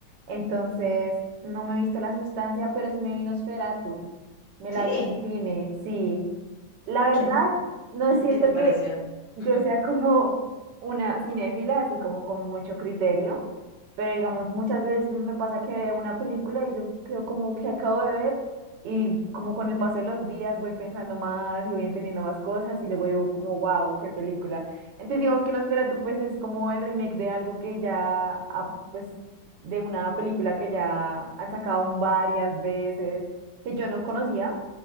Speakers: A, on the right; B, on the left.
A: Entonces, no me he visto la sustancia, pero sí me vi Nosferatu. Me la
B: Sí.
A: vi en cine, sí. La verdad,
B: ¿Qué te,
A: no
B: <laughs>
A: siento
B: qué te
A: que
B: pareció?
A: yo
B: Ujú.
A: sea como una cinéfila, así como con mucho criterio, pero digamos, muchas veces me pasa que veo una película y yo quedo como que acabo de ver y como con el paso de los días voy pensando más y voy entendiendo más cosas y luego digo como, wow, qué película. Entonces digamos que Nosferatu pues es como el remake de algo que ya, ha- pues, de una película que ya han sacado varias veces, que yo no conocía